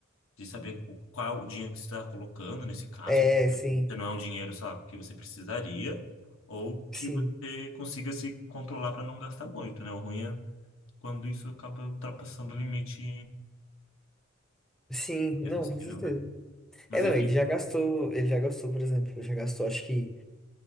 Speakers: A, on the left; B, in the centre.
A: de saber o- qual é o dinheiro que você está colocando nesse caso,
B: É,
A: né?
B: sim,
A: Se não é um dinheiro, sei lá, que você precisaria, ou que
B: sim,
A: você consiga se controlar para não gastar muito, né? O ruim é quando isso acaba ultrapassando o limite
B: sim, não,
A: que é possível,
B: com certeza.
A: né? Mas
B: É, não,
A: enfim,
B: ele já gastou, ele já gastou, por exemplo, já gastou acho que,